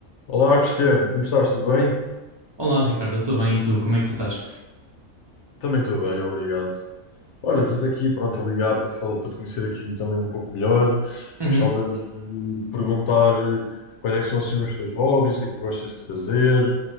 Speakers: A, on the left (about 65°); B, on the right (about 40°).
A: Olá, Cristiano, como estás? Tudo bem?
B: Olá, Ricardo, tudo bem? E tu, como é que tu estás?
A: Também estou bem, obrigado. Olha, estou aqui, pronto, a ligar para falar, para te conhecer aqui também um pouco melhor.
B: Uhum.
A: Gostava de perguntar eh, quais é que são assim, os teus hobbies, o que é que tu gostas de fazer,